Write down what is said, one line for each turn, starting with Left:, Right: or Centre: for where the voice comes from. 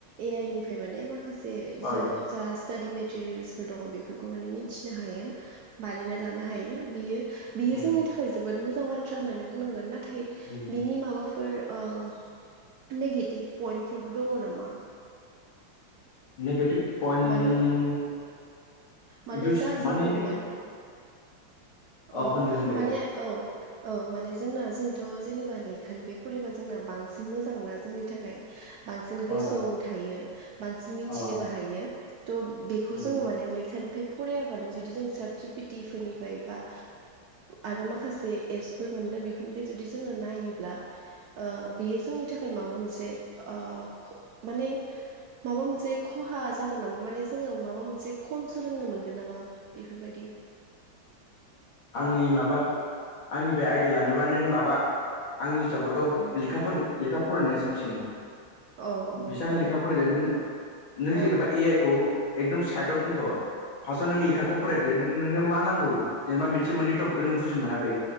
Right: ए आइ निफाय माने मा माखासे
Left: हय
Right: जो जा स्टाडि मेटेरियेल्सफोर दङ बेफोरखौ माने मिनथिनो हायो बानायना लानो हायो बियो बियो
Left: उम
Right: जोंनि थाखाय जोबोद मोजां बाथ्रा होननानै बुंनांगोन नाथाय नाथाय
Left: ओ उम
Right: बिनि माबाफोर ओ नेगेटिभ पइन्टफोरबो दङ नामा
Left: नेगेटिभ पइन्ट
Right: माने माने
Left: इउस
Right: जा जोङो
Left: मानि नों
Right: माने
Left: अ
Right: औ
Left: होनदो होनदो
Right: माने
Left: दे
Right: औ औ माने जोंना जोंथ' जेनेबा लेखानिफ्राय फरायबा जोंना बांसिन मोजां ना जोंनि थाखाय बांसिन गोसोआवबो
Left: अ
Right: थायो बांसिन मिथिनोबो
Left: अ
Right: हायो थ' बेखौ
Left: उम
Right: जोङो माने निफ्राय फरायाब्लानो जुदि जों साट जि पि टि फोरनिफ्राय बा आरो माखासे एप्स फोर मोनोना बेफोरनिफ्राय जुदि जोङो नायोब्ला ओ बेयो जोंनि थाखाय माबा मोनसे ओ ओ माने माबा मोनसे खहा जागोन नामा माने जोङो माबा मोनसे खम सोलोंनो मोनगोन नामा बेफोरबायदि
Left: आंनि माबा आंनिफ्राय आयदिया लानोबा नों माबा आंनि हिसाबावथ'
Right: औ
Left: लेखाफोर लेखा फरायनाया साबसिन
Right: औ औ
Left: बेसां लेखा
Right: औ
Left: फरायगोन नों नों
Right: औ
Left: जेनेबा ए आइ खौ एकदम साइदाव दोनथ' फारसआव नों लेखाखौ फरायग्रो नोंनो मा नांगौ जेनेबा मोनसे मोनसे मोननै टपिकखौ नों बुजि मोनाखै